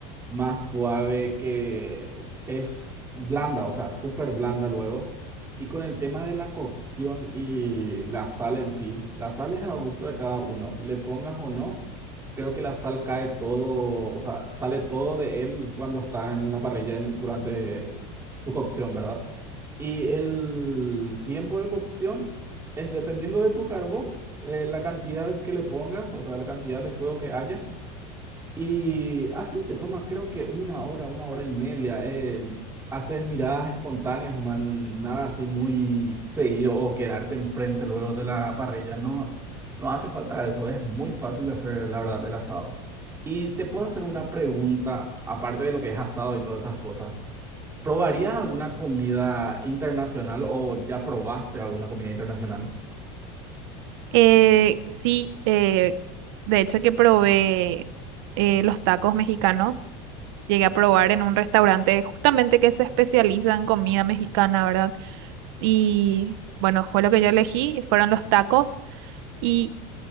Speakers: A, on the right (about 20°); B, on the right (about 65°).
A: más suave que es blanda, o sea, súper blanda luego. Y con el tema de la cocción y la sal en sí, la sal es a gusto de cada uno, le pongas o no, creo que la sal cae todo, o sea, sale todo de él cuando está en la parrilla en- durante su cocción, ¿verdad? Y el tiempo de cocción. Es dependiendo de tu carbón, eh, la cantidad que le pongas, o sea, la cantidad de fuego que haya. Y así te toma, creo que una hora, una hora y media. eh, haces miradas espontáneas, no man, nada así muy seguido o quedarte enfrente luego de la parrilla. No, no hace falta eso. Es muy fácil de hacer, la verdad, el asado. Y te puedo hacer una pregunta, aparte de lo que es asado y todas esas cosas. ¿Probarías alguna comida internacional o ya probaste alguna comida internacional?
B: Eh, sí, eh, de hecho que probé eh, los tacos mexicanos, llegué a probar en un restaurante justamente que se especializa en comida mexicana, ¿verdad? Y bueno, fue lo que yo elegí, fueron los tacos. y